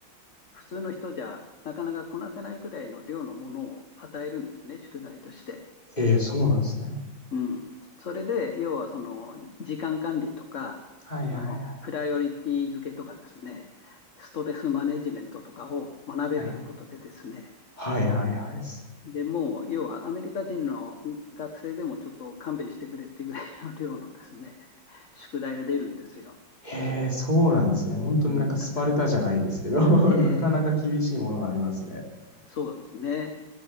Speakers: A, on the left (about 45°); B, on the left (about 20°).
A: 普通の人じゃなかなかこなせないくらいの量のものを与えるんですね、宿題として。
B: ええ、そうなんですね。
A: うん。それで、要はその、時間管理とか、
B: はいはいはい。
A: あの、プライオリティ付けとかですね、ストレスマネジメントとかを学べということでですね、
B: はいはいはいはいです。
A: でもう、要はアメリカ人の学生でもちょっと勘弁してくれっていうぐらいの量のですね、<laughs> 宿題が出るんですよ。
B: へえ、そうなんですね。本当になんかスパルタじゃないですけど、
A: うん。だから、
B: <laughs>
A: ええ
B: なかなか厳しいものがありますね。
A: そうですね。